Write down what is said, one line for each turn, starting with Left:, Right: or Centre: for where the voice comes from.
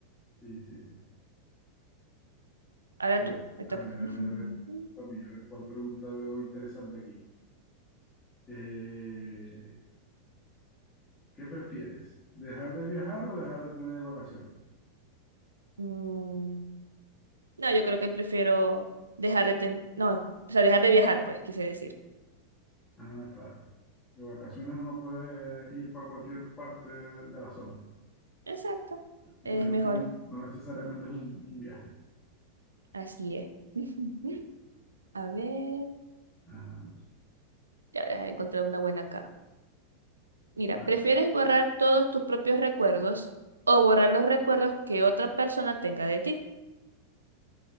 Left: sí, sí, sí.
Right: Ahora
Left: A ver,
Right: tú, me
Left: a
Right: toca.
Left: ver, a
Right: <laughs>
Left: ver, a ver, para mí, a ver cuál pregunta veo interesante aquí. Eh, ¿qué prefieres? ¿Dejar de viajar o dejar de tener vacaciones?
Right: Mm, No, yo creo que prefiero dejar de ten... No, o sea, dejar de viajar, pues, quise decir.
Left: Ah, claro. De vacaciones uno puede ir para cualquier parte de, de la zona.
Right: Exacto.
Left: Y
Right: Es
Left: No, es-
Right: mejor.
Left: y no- no necesariamente es un, un viaje.
Right: Así es. <laughs> A ver.
Left: Ajá,
Right: Ya, déjame encontrar una buena acá. Mira,
Left: dale.
Right: ¿prefieres borrar todos tus propios recuerdos o borrar los recuerdos que otra persona tenga de ti?